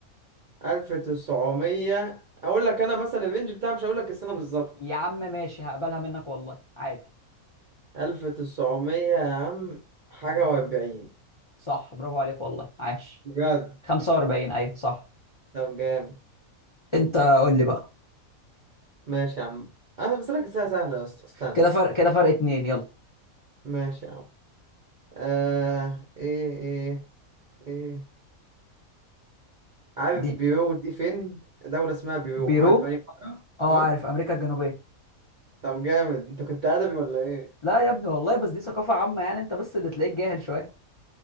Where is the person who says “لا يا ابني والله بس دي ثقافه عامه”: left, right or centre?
Left